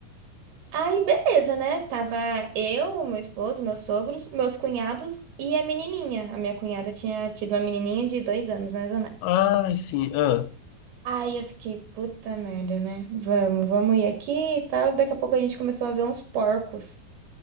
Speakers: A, on the right (about 75°); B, on the left (about 80°).
A: Aí, beleza, né? Tava eu, meu esposo, meus sogros, meus cunhados e a menininha. A minha cunhada tinha tido uma menininha de dois anos, mais ou menos.
B: Ai, sim. Ah.
A: Aí eu fiquei, puta merda, né? Vamos, vamos ir aqui e tal. Daqui a pouco a gente começou a ver uns porcos.